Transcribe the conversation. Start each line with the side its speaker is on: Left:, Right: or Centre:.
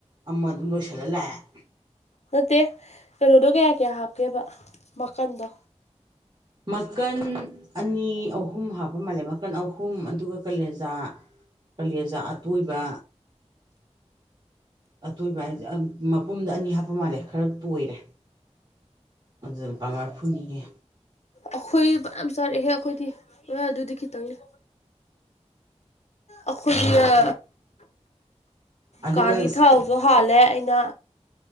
Right: ꯑꯃ ꯑꯗꯨꯝ ꯂꯣꯏꯁꯤꯜꯂ ꯂꯥꯛꯑꯦ
Left: ꯅꯠꯇꯦ ꯀꯩꯅꯣꯗꯣ ꯀꯌꯥ ꯀꯌꯥ ꯍꯥꯞꯀꯦꯕ ꯃꯀꯟꯗꯣ
Right: ꯃꯀꯟ ꯑꯅꯤ ꯑꯍꯨꯝ ꯍꯥꯞꯄ ꯃꯥꯜꯂꯦ ꯃꯀꯟ ꯑꯍꯨꯝ ꯑꯗꯨꯒ ꯀꯂꯦꯖꯥ ꯀꯂꯦꯖꯥ ꯑꯇꯣꯏꯕ ꯑꯇꯣꯏꯕ ꯍꯥꯏꯖꯦ ꯑꯝ ꯃꯄꯨꯝꯗ ꯑꯅꯤ ꯍꯥꯞꯄ ꯃꯥꯜꯂꯦ ꯈꯔ ꯇꯣꯏꯔꯦ ꯑꯗꯨꯗ ꯂꯨꯄꯥ ꯃꯔꯐꯨꯅꯦꯌꯦ
Left: ꯑꯈꯣꯏ ꯐꯅꯌꯥꯝ ꯆꯥꯔꯛꯍꯦ ꯑꯈꯣꯏꯗꯤ ꯅꯣꯏ ꯑꯗꯨꯗꯤ ꯈꯤꯇꯪꯅꯤ ꯑꯈꯣꯏꯒꯤ ꯑ
Right: ꯑꯗꯨꯒ
Left: ꯒꯥꯔꯤ ꯊꯥꯎꯖꯨ ꯍꯥꯜꯂꯦ ꯑꯩꯅ